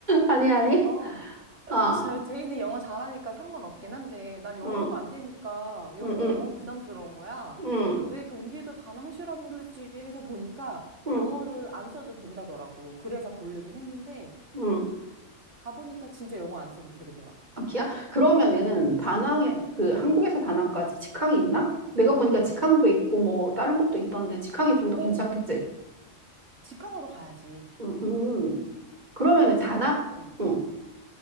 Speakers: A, on the right; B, on the right.
A: 아니, 아니.
B: 어.
A: 아,
B: 아, 제, 제인이 영어 잘하니까 상관없긴 한데, 난 영어가
A: 응,
B: 안 되니까 영어가
A: 응, 응,
B: 너무 부담스러운 거야.
A: 응,
B: 그래서 왜 경기도 다낭슈라 부르지 해서 보니까
A: 응,
B: 영어를 안 써도 된다더라고. 그래서 고르긴 했는데,
A: 응.
B: 가보니까 진짜 영어 안 써도 되겠더라.
A: 아, 기아? 그러면은
B: 어.
A: 다낭에
B: 음.
A: 그 한국에서 다낭까지 직항이 있나? 내가 보니까 직항도 있고 뭐 다른 것도 있던데 직항이 좀 더
B: 어,
A: 괜찮겠지?
B: 직항으로 가야지.
A: 음, 음. 그러면은
B: 직항,
A: 다낭?
B: 어.
A: 응.